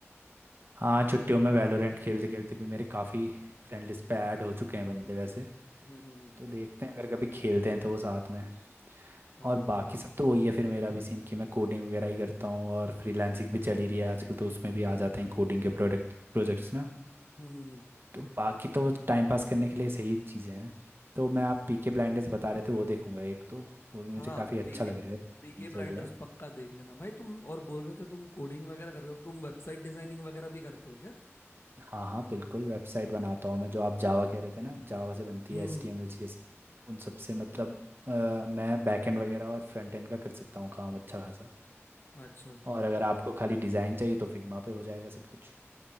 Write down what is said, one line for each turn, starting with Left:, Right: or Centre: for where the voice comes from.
Right: हाँ छुट्टियों में वैलोरेंट खेलते खेलते भी मेरे काफ़ी फ्रेंड लिस्ट पे ऐड हो चुके हैं बंदे वैसे
Left: हम्म हम्म हम्म,
Right: तो देखते हैं अगर कभी खेलते हैं तो वो साथ में
Left: हाँ
Right: और बाकी सब तो वही है फिर मेरा भी सीन कि मैं कोडिंग वगैरह ही करता हूँ और फ्रीलांसिंग भी चली रही है आजकल तो उसमें भी आ जाते हैं कोडिंग के प्रोडक्ट प्रोजेक्ट्स ना
Left: हम्म हम्म, हम्म,
Right: तो बाकी तो टाइम पास करने के लिए सही चीज़ें हैं तो मैं आप पीके ब्लाइंडर्स बता रहे थे वो देखूंगा एक तो वो भी मुझे
Left: हाँ
Right: काफ़ी अच्छा
Left: पीके
Right: लग रहा है चीज़
Left: पीके ब्लाइंडर्स
Right: वगैरह
Left: पक्का देख लेना भाई तुम और बोल रहे थे तुम कोडिंग वगैरह करते हो तो तुम वेबसाइट डिजाइनिंग वगैरह भी करते हो क्या
Right: हाँ हाँ बिल्कुल वेबसाइट बनाता हूँ मैं जो आप जावा कह रहे थे ना जावा से बनती
Left: हम्म
Right: है H
Left: हम्म।
Right: T M L C S S सब से मतलब अ, मैं बैकएंड वगैरह और फ्रंट एंड का कर सकता हूँ काम अच्छा खासा
Left: अच्छा
Right: और अगर आपको खाली डिज़ाइन चाहिए तो फिग्मा पे हो जाएगा सब कुछ